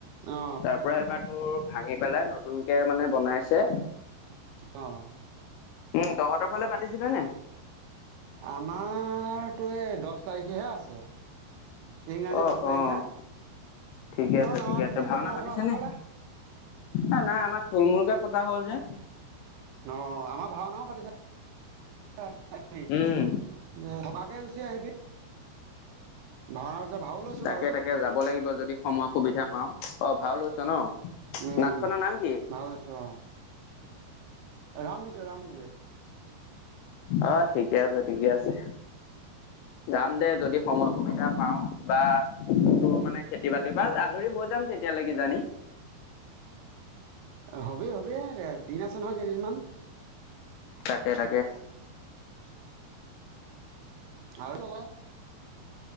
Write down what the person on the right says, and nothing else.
অ
অ',
আমাৰতো এই দছ তাৰিখেহে আছে। ইংৰাজী
দহ তাৰিখে
তই
নামাত
উলিয়াইছে
বৰসবাহ
খাবলে
অ ভাওনাও পাতিছে। আহিবি
এ থকাকে গুচি আহিবি। ভাওনা পিছে ভাও লৈছো
বাৰু
উম,
ভাও লৈছোঁ অ, ৰামবিজয় - ৰামবিজয়।
হবি-হবি এ দিন আছে নহয় কেইদিনমান।
আৰু লগতে